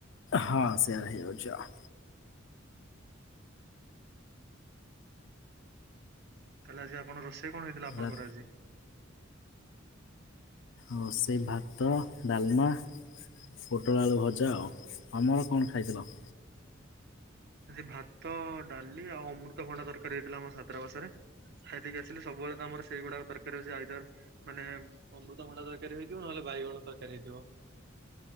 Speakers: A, on the left; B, on the right.
A: ହଁ ସେୟାର ହେଇଯାଉଛି ଆଉ।
B: ତାହେଲେ ଆଜି ଆପଣ ରୋଷେଇ କଣ ହେଇଥିଲା ଆପଣଙ୍କର
A: ଆଉ
B: ଆଜି?
A: ରୋସେଇ ଭାତ, ଡାଲମା। ପୋଟଳ ଆଳୁ ଭଜା ଆଉ ଆମର କଣ ଖାଇଥିଲ?
B: ଆଜି ଭାତ, ଡାଲି ଆଉ ଅମୃତଭଣ୍ଡା ତରକାରୀ ହେଇଥିଲା ଆମ ଛାତ୍ରବାସରେ ଖାଇ ଦେଇକି ଆସି ସବୁବେଳେ ତ ଆମର ସେଇଗୁଡା ତର ର୍କାରି ହଉଛି ଆଇଦର ମାନେ ଅମୃତଭଣ୍ଡା ତରକାରୀ ହେଇଥିବ ନହେଲେ ବାଇଗଣ ତରକାରୀ ହେଇଥିବ।